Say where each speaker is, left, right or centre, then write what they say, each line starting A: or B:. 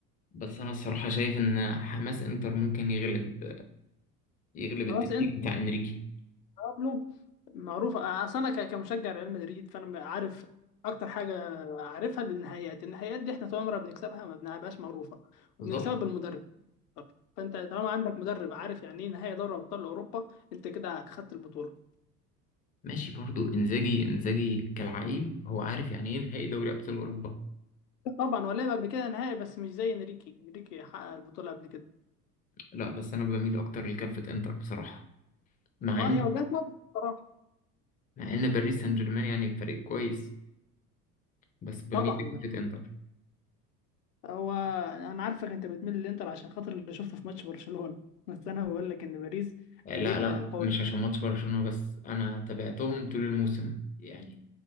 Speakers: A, on the left (about 20°); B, on the left (about 75°).
A: بس انا الصراحه شايف ان حماس انتر ممكن يغلب يغلب
B: خلاص
A: التكتيك بتاع انريكي
B: بابلو معروف اصل انا ك- كمشجع ريال مدريد فانا عارف اكتر حاجه عارفها للنهائيات النهائيات دي احنا طول عمرنا بنكسبها ما بنلعبهاش معروفه وبنكسبها
A: بالظبط
B: بالمدرب فانت طالما عندك مدرب عارف يعني ايه نهائي دوري ابطال اوروبا انت كده خدت البطوله
A: ماشي برضو انزاجي انزاجي كالعيب هو عارف يعني ايه نهائي دوري ابطال اوروبا
B: طبعا هو لعب قبل كده نهائي بس مش زي انريكي انريكي حقق البطوله قبل كده
A: لا بس انا بميل اكتر لكفه انتر بصراحه مع
B: اه
A: ان
B: هي وجهه نظر بصراحه
A: مع ان باريس سان جيرمان يعني فريق كويس بس بميل
B: طبعا
A: لفكره
B: ده
A: انتر
B: هو انا عارفك انت بتميل للانتر عشان خاطر اللي شفته في ماتش برشلونه بس انا بقول لك ان باريس
A: يعني
B: فريق
A: لا لا
B: آه، قوي
A: مش عشان ماتش برشلونه بس انا تابعتهم طول الموسم يعني